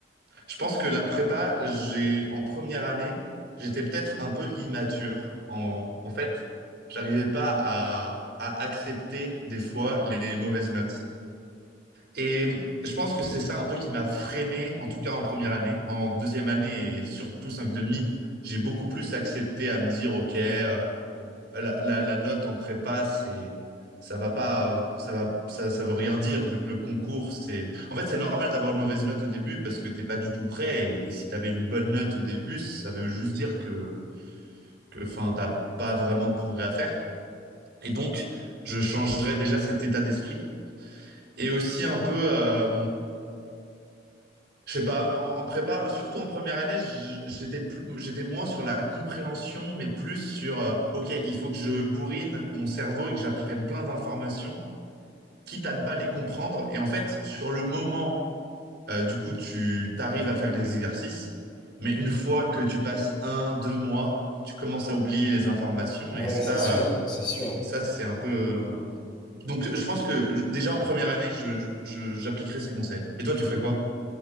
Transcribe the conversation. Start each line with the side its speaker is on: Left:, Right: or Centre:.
Right: je pense que la prépa, j'ai en première année, j'étais peut-être un peu immature. En, en fait, j'arrivais pas à, à accepter des fois les mauvaises notes. Et je pense que c'est ça un peu qui m'a freiné, en tout cas en première année. En deuxième année et surtout cinq demi, j'ai beaucoup plus accepté à me dire, OK, euh, la, la, la note en prépa, c'est ça va pas, ça va, ça, ça veut rien dire vu que le concours, c'est. En fait, c'est normal d'avoir une mauvaise note au début parce que t'es pas du tout prêt. Et si t'avais une bonne note au début, ça veut juste dire que, que, enfin, t'as pas vraiment de progrès à faire. Et donc, je changerais déjà cet état d'esprit. Et aussi un peu, euh, je sais pas, en, en, prépa, surtout en première année, je- j'étais plus, j'étais moins sur la compréhension, mais plus sur, euh, ok, il faut que je bourrine mon cerveau et que j'apprenne plein d'informations quitte à ne pas les comprendre. Et en fait, sur le moment, euh, du coup, tu arrives à faire les exercices, mais une fois que tu passes un, deux mois, tu commences à oublier les informations
Left: Ouais,
Right: et ça,
Left: c'est sûr,
Right: euh,
Left: c'est sûr.
Right: ça c'est un peu. euh, Donc, je pense que déjà en première année, je, je- j'appliquerai ces conseils. Et toi, tu ferais quoi?